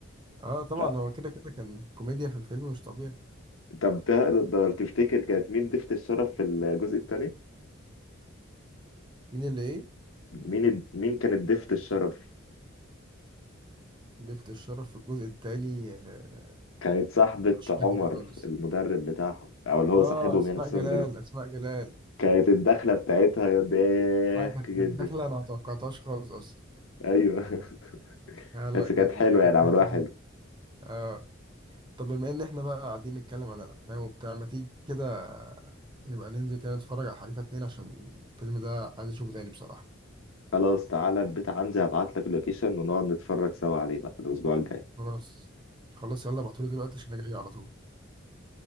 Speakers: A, on the right; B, on the left.
A: اه طبعا
B: لا
A: هو كده كده كان كوميديا في الفيلم مش طبيعي
B: طب تقدر تفتكر كانت مين ضيفة الشرف في الجزء الثاني؟
A: مين اللي ايه
B: مين مين كانت ضيفة الشرف؟
A: لفت الشرف في الجزء التاني آه،
B: كانت صاحبة
A: مش
B: عمر
A: فاكر خالص
B: المدرب بتاعهم أو اللي هو
A: اه
B: صاحبهم
A: اسماء
B: يعني بس
A: جلال
B: هو
A: اسماء جلال
B: كانت الدخلة بتاعتها ضحك
A: آه، كانت
B: جدا
A: كانت داخلة انا ما توقعتهاش خالص اصلا
B: ايوه <laughs>
A: آه لا
B: بس
A: كانت
B: كانت حلوة يعني
A: كانت
B: عملوها
A: حتة
B: حلو
A: حلوة اه طب بما ان احنا بقى قاعدين نتكلم عن الافلام وبتاع ما تيجي كده نبقى ننزل كده نتفرج على حريفه اتنين عشان الفيلم ده عايز اشوفه تاني بصراحه
B: خلاص تعالى البيت عندي هبعت لك اللوكيشن ونقعد نتفرج سوا عليه بقى الأسبوع الجاي
A: خلاص خلاص يلا ابعتولي دلوقتي عشان انا جاي على طول